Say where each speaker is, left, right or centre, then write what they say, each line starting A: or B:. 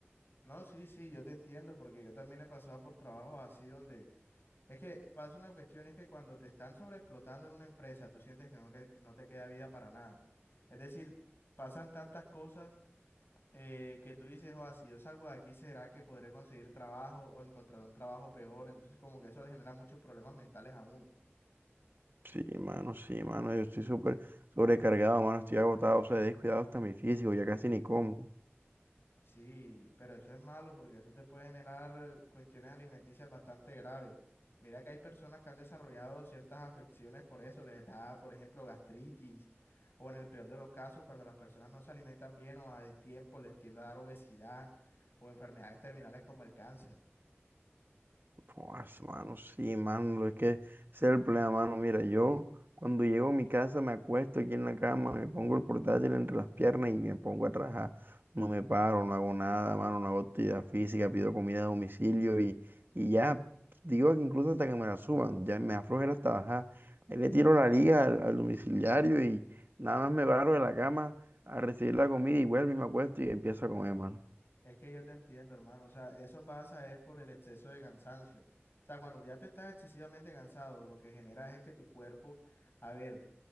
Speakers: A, on the left; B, on the right.
A: No, sí, sí, yo te entiendo porque yo también he pasado por trabajos así donde es que pasa una cuestión, es que cuando te están sobreexplotando en una empresa, tú sientes que no, que no te queda vida para nada. Es decir, pasan tantas cosas eh, que tú dices, o si yo salgo de aquí, ¿será que podré conseguir trabajo o encontrar un trabajo peor? Entonces como que eso le genera muchos problemas mentales aún.
B: Sí, mano, sí, mano, yo estoy súper sobrecargado, mano, estoy agotado, o sea, he descuidado hasta mi físico, ya casi ni como.
A: Sí, pero eso es malo porque eso te puede generar cuestiones alimenticias bastante graves. Mira que hay personas que han desarrollado ciertas afecciones por eso, les da, por ejemplo, gastritis o en el peor de los casos, cuando las personas no se alimentan bien o a destiempo, les tiende a dar obesidad o enfermedades terminales como el cáncer.
B: Pues, mano, sí, mano, es que ese es el problema, mano. Mira, yo cuando llego a mi casa me acuesto aquí en la cama, me pongo el portátil entre las piernas y me pongo a trabajar. No me paro, no hago nada, mano, no hago actividad física, pido comida a domicilio y, y ya, digo que incluso hasta que me la suban, ya me aflojera hasta bajar. Ahí le tiro la liga al, al domiciliario y nada más me paro de la cama a recibir la comida y vuelvo y me acuesto y empiezo a comer, mano.
A: Es que yo te entiendo, hermano, o sea, eso pasa es por el exceso de cansancio. O sea, cuando ya tú estás excesivamente cansado, lo que genera es que tu cuerpo, a ver,